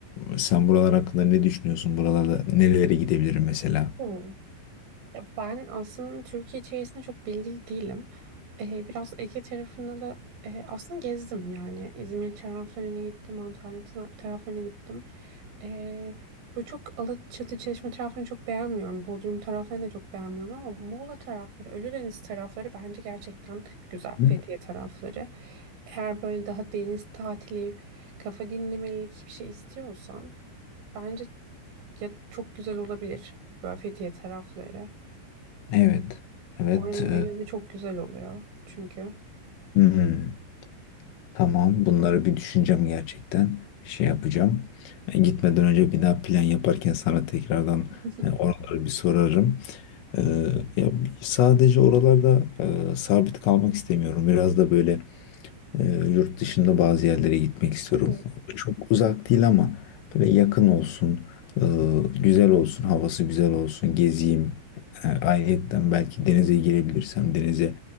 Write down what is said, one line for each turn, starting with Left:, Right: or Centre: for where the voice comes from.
Left: sen buralar hakkında ne düşünüyorsun? Buralarda nerelere gidebilirim mesela?
Right: Hmm. Ya Ben aslında Türkiye içerisinde çok bilgili değilim. Ee, biraz Ege tarafında da e, aslında gezdim yani. İzmir taraflarına gittim, Antalya tar- taraflarına gittim. Ee, böyle çok Alaçatı, Çeşme taraflarını çok beğenmiyorum. Bodrum taraflarını da çok beğenmiyorum ama Muğla tarafları, Ölüdeniz tarafları bence gerçekten güzel.
Left: Hı?
Right: Fethiye tarafları. Eğer böyle daha deniz tatili, kafa dinlemelik bir şey istiyorsan bence ya çok güzel olabilir böyle Fethiye tarafları.
Left: Evet. Evet.
Right: Oranın
Left: e,
Right: denizi çok güzel oluyor çünkü.
Left: Hmm. Tamam, bunları bir düşüneceğim gerçekten. Şey yapacağım. E, Gitmeden önce bir daha plan yaparken sana tekrardan
Right: <laughs>
Left: e, oraları bir sorarım. E, ya bir- sadece oralarda e, sabit kalmak istemiyorum. Biraz da böyle ee, yurt dışında bazı yerlere gitmek istiyorum.
Right: Hı hı.
Left: Çok uzak değil ama böyle yakın olsun, e, güzel olsun, havası güzel olsun, gezeyim. E, ayrıyetten belki denize girebilirsem denize